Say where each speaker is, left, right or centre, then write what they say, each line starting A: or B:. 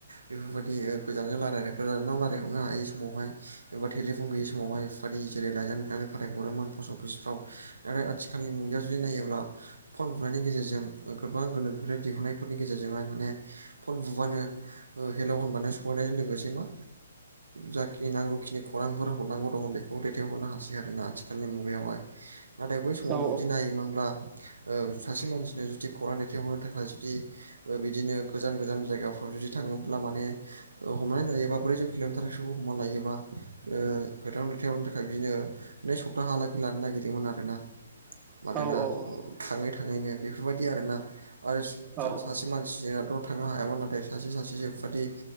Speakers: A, on the right; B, on the right.
A: बेफोरबायदि गोजानजों रायलाय गोजानाव रायलायहरनो हायि समावहाय एबा टेलिफन गैयै समावहाय बादि जेरै लाइजाम लिरनानै फाथायहरोमोन पस्ट अफिसफ्राव नाथाय आथिखालनि मुगायाव जुदि नायोब्ला फन हरनायनि गेजेरजों गोबां गोनोनिफ्राय दिहुननायफोरनि गेजेरजोंहाय माने फन बुबानो हेलौ होनब्लानो सहैनायजों लोगोसे मा जाखिनि नांगौखिनि खौरांफोर हरनांगौ दङ बेखौ दैथायहरनो हासै आरोना आथिखालनि मुगायावहाय नाथाय बै समाव
B: औ
A: जुदि नायोमोनब्ला सासे मानसिनो जुदि खौरां दैथायहरनो थाखाय जुदि बिदिनो गोजान गोजान जायगाफ्राव जुदि थाङोब्ला माने हमनानै लायोबा बोरै जौ खेलनो थाखायबो हमनानै लायोबा ओ गोथां रथाय हरनो थाखाय बिदिनो नै सप्ताहालागै लानो नागिरदोंमोन आरो ना मानोना
B: औ
A: थाङै थाङैनो बेफोरबायदि आरोना। आरो
B: औ औ
A: सासे मानसि जोंनाथ' थांनो हायामोन नाथाय सासे सासे जेबायदि